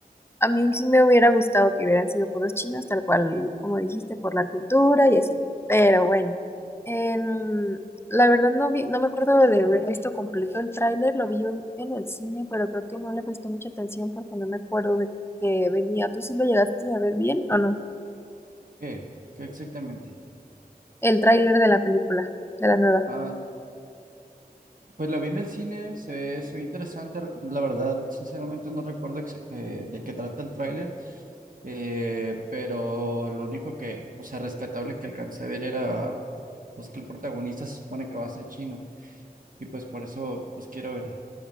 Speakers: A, on the left; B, on the right.
A: a mí sí me hubiera gustado que hubieran sido puros chinos, tal cual como dijiste, por la cultura y así. Pero bueno, en- la verdad no vi, no me acuerdo de haber visto completo el tráiler, lo vi en en el cine, pero creo que no le presté mucha atención porque no me acuerdo de que venía. ¿Tú sí lo llegaste a ver bien o no?
B: ¿Qué? ¿Qué exactamente?
A: El tráiler de la película, de la nueva.
B: Ah, pues la vi en el cine, se ve, se ve interesante. Re- La verdad, sinceramente no recuerdo ex- eh, de qué trata el tráiler, eh, pero lo único que, o sea, rescatable que alcancé a ver era, pues que el protagonista se supone que va a ser chino y pues por eso, pues quiero verla.